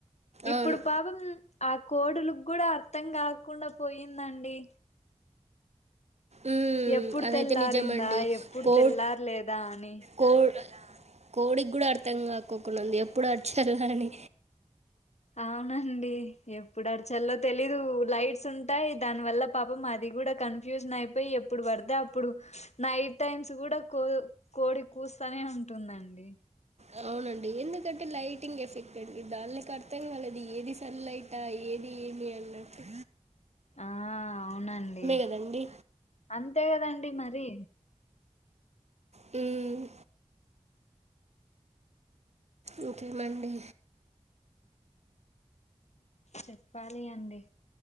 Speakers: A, on the left; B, on the right.
A: ఇప్పుడు
B: అవును
A: పాపం ఆ కోడులుకి కూడా అర్థం కాకుండా పోయిందండి
B: ఉ
A: ఎప్పుడు
B: అదైతే
A: తెల్లారిందా
B: నిజమండి
A: ఎప్పుడు
B: కోట్
A: తెల్లారలేదా అని
B: కో కోడికి కూడా అర్థం కాక్కక్కడా ఉంది ఎప్పుడు అర్చలా అని
A: అవునండి ఎప్పుడు అరచల్లో తెలీదు లైట్స్ ఉంటాయి దానివల్ల పాపం మాది కూడా కన్ఫ్యూజన్ అయిపోయి ఎప్పుడు పడతే అప్పుడు నైట్ టైమ్స్ కూడా కోడి కూచ వస్తానే ఉంటుందండి
B: అవునండి ఎందుకంటే లైటింగ్ ఎఫెక్ట్ అండి దానినికి అర్థం కాలేదు ఏది సన్ లైట్ అహ ఏది ఏమి అనట్టు
A: ఆ అవునండి
B: గదండీ!
A: అంతే కదండి మరి
B: మ్మ్ ఇంకేమండి
A: చెప్పాలి అండి